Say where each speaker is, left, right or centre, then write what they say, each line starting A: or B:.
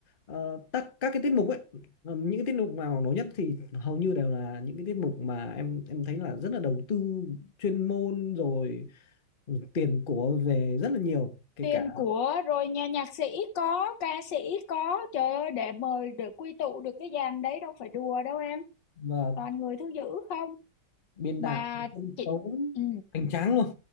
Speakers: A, on the left; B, on the left.
A: ờ, các các cái tiết mục ấy ừm, những cái tiết mục nào nổi nhất thì hầu như đều là những cái tiết mục mà em em thấy là rất là đầu tư chuyên môn rồi ừ, tiền của về rất là nhiều kể
B: tiền
A: cả
B: của rồi nhà nhạc sĩ có ca sĩ có trời ơi để mời để quy tụ được cái dàn đấy đâu phải đùa đâu em
A: và
B: toàn người thứ dữ không
A: biên
B: mà
A: đạo sân
B: chị
A: khấu
B: ừ.
A: hoành tráng luôn